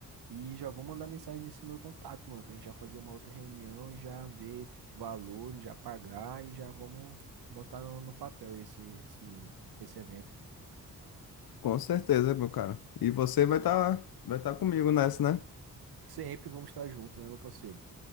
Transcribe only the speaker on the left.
Com certeza, meu cara. E você vai estar vai tá comigo nessa, né?